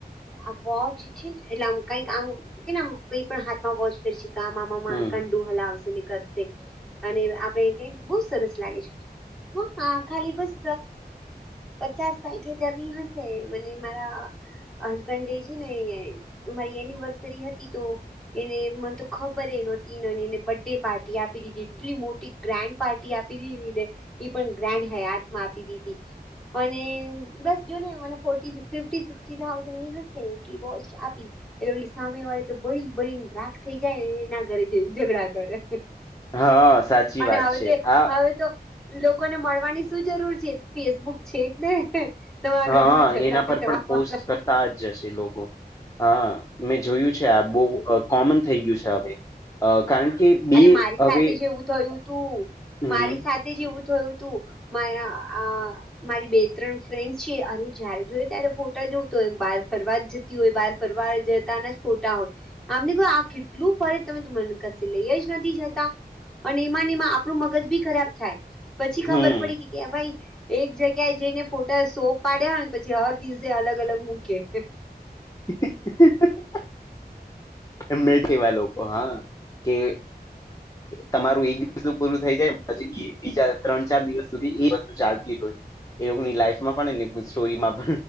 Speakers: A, in the centre; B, on the left.
A: આ વોચ છે ને એટલે આમ કઈક આમ કે આમ કઈ પણ હાથમાં વોચ કરશ તો આ આમા
B: હમ હમ.
A: ક હ કર અને આપે બ સરસ લાગે છે. ખાલી બસ, પચાસ સાઠ હજાર ની હશે મને મારા હસબન્ડ ડે છે ને મારી એનિવર્સરી હતી તો એને મને તો ખબર એ નહોતી એને બર્થડે પાર્ટી આપી દીધી એટલી મોટી ગ્રાન્ડ પાર્ટી. આપી દીધ ને, એ પણ ગ્રાન્ડ હયાતમાં આપી દીધી, અને બસ જો નેને ફોર્ ફિફી સિક્ થાઉઝડ ની હશે વોચ આપી. એટલે ઓલી સામે વાળી તો બળી બળી ને રાખ થઈ જાય ને એના ઘરે જઈને ઝઘડા ઘરે.
B: હા સાચી
A: અને
B: વાત
A: હવે
B: છે
A: તે
B: આ
A: હવે તો લોકોને મળવાની શું જરૂર છે, ફેસબુક છે ને. તમારા
B: હા
A: ઘરમાં ઝઘડા
B: એના પર
A: કરવા
B: પણ પોસ્ટ
A: ડ.
B: કરતા જશે લોકો, હા મેં જોયું છે આ બહ કોમન થઈ ગયું છે હવે, કારણ કે બે
A: અરે મારી
B: હવે
A: સાથે જેવું થયું તું,
B: હમ
A: મારી સાથે તે જેવું થયું તું, મારા આ મારી બે ત્રણ ફ્રેન્ડ છે અરે જયારે જોય ત્યારે ફોટા જોવ તો હોય બાર ફરવા જ જતી હોય બાર ફરવાર જતાના જ ફોટા હોય, આમને કો આ કેટલું ફરજ તમે મ લઈએ જ નથી જતા, પણ એમાંને એમાં આપણું મગજ બી ખરાબ થાય. પછી ખબર
B: હમ
A: પડી કે કે ભાઈ એક જગ્યાએ જઈને ફોટા શો પાડ્યાને પછી હર દિવસે અલગ અલગ મૂકે.
B: <unintelligible> એ મે છેવા લોકો હા, કે તમારું એક દિવસ તો પૂરું થઈ જાય પછી બીજા ત્રણ ચાર દિવસ સુધી એ વસ્તુ ચાલતી હોય. એવ લાઈફમાં પણ સ્ટોરીમાં
A: હમ